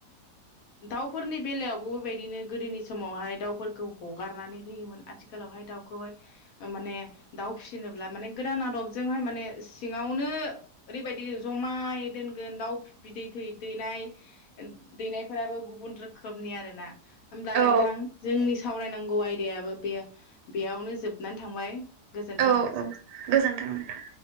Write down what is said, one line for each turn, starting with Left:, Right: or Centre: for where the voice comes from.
Left: दाउफोरनि बेलायावबो बिदिनो गोदोनि समावहाय दाउफोरखौ हगारनानै होयोमोन आथिखालावहाय दाउखौहाय माने दाउ फिसिनोब्ला माने गोदान आदबजोंहाय माने सिङावनो ओरैबायदि जमायै दोनगोन दाउ बिदै थै दैनाय दैनायफोराबो गुबुन रोखोमनि आरो ना होमब्ला
Right: औ
Left: नोंथां जोंनि सावरायनां गौ आयदायाबो बे बेयावनो जोब नानै थांबाय गोजोन्थों
Right: औ औ गोजोनथों नोंथां।